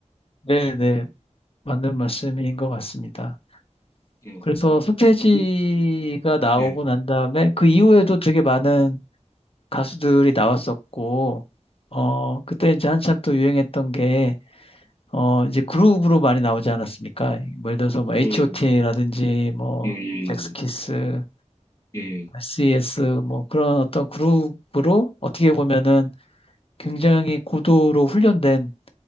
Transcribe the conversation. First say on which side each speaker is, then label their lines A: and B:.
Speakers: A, on the left (about 50°); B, on the left (about 25°).
A: 네네.
B: 음.
A: 맞는 말씀인 것 같습니다.
B: 예,
A: 그래서
B: 그-
A: 서태지가
B: 그게-
A: 나오고
B: 네,
A: 난 다음에 그 이후에도 되게 많은 가수들이 나왔었고, 어, 그때 이제 한참 또 유행했던 게, 어, 이제 그룹으로 많이 나오지 않았습니까? 뭐 예를 들어서 뭐 H.O.T.라든지
B: 예, 예,
A: 뭐
B: 예, 예,
A: 잭스키스,
B: 예,
A: SES 뭐 그런 어떤 그룹으로 어떻게 보면은 굉장히 고도로 훈련된,